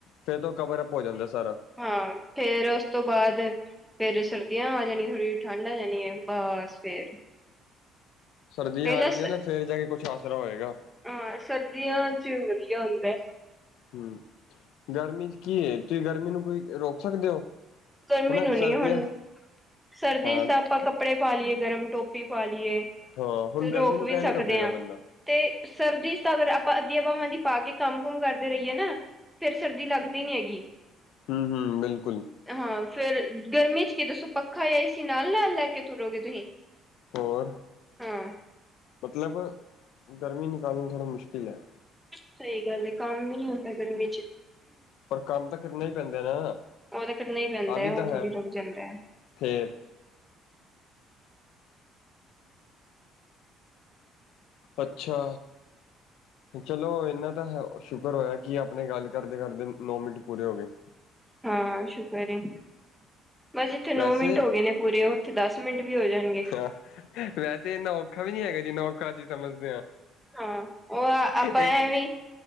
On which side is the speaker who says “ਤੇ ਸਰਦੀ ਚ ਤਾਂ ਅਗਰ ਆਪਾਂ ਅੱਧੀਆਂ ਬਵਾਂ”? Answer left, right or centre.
Centre